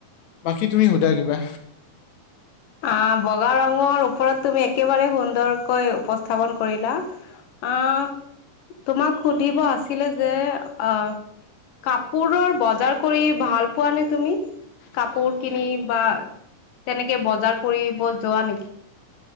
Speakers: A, on the left; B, on the left.
A: বাকী তুমি সোধা কিবা
B: অ', বগা ৰঙৰ ওপৰত তুমি একেবাৰে সুন্দৰকৈ উপস্থাপন কৰিলা অ' তোমাক সুধিব আছিলে যে আ কাপোৰৰ বজাৰ কৰি ভাল পোৱা নে তুমি? কাপোৰ কিনি বা তেনেকে বজাৰ কৰিব যোৱা নেকি?